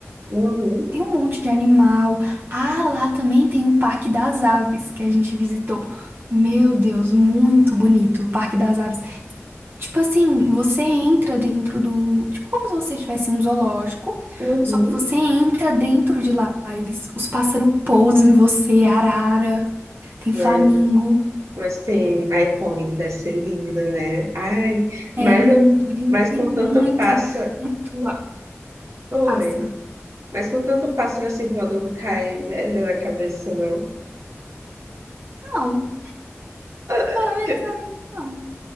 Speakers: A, on the right; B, on the right.
A: Uhum,
B: Tem um monte de animal. Ah, lá também tem o Parque das Aves, que a gente visitou. Meu Deus, muito bonito. O Parque das Aves Tipo assim, você entra dentro do. Tipo, como se você estivesse em um zoológico,
A: uhum.
B: só que você entra dentro de lá. Eles, os pássaros pousam em você, é arara, tem
A: Mas,
B: flamingo.
A: mas tem iPhone, deve ser linda, né? Ai,
B: É
A: mas,
B: lindo,
A: eu-
B: lindo.
A: mas
B: Tem
A: com tanto
B: muita,
A: pássaro.
B: muito ah,
A: Oi,
B: pássaro.
A: mas com tanto pássaro assim voando não cai, velho, na cabeça, não.
B: Não,
A: <laughs>
B: pelo menos na minha, não.